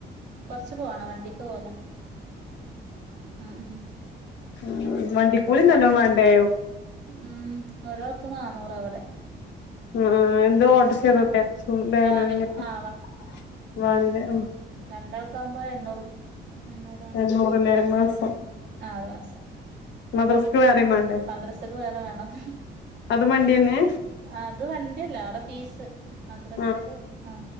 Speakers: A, on the right; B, on the left.
A: കൊറച്ച്ു പോവാണോ വണ്ടിക്ക് പോലെ ഉം ഉം
B: ഉം വണ്ടിക്കൂലി നല്ലോ മാണ്ടേ?
A: ഉം ഒരാൾക് നാന്നൂറ വിടെ
B: ആ ആ എന്താ ഓട്രാഷേ <unintelligible>
A: വാന് ആ
B: വാനില ഒ
A: രണ്ടൾക്ക ആകുമ്പോ എണ്ണൂറ്- എണ്ണൂറാണ്
B: എണ്ണൂറ്ല്ലേ മാസം
A: ഉം ഉം ആറ മാസം.
B: മദ്രസ്ക്ക് വേറെയും വേണ്ടേ
A: മദ്രാസ ക്കെ വേറെ വേണം
B: അതും വണ്ടിയന്നെ
A: അത് വണ്ടിയല്ല അവിടെ ഫീസ് മദ്രസല്
B: ആഹ്
A: ആ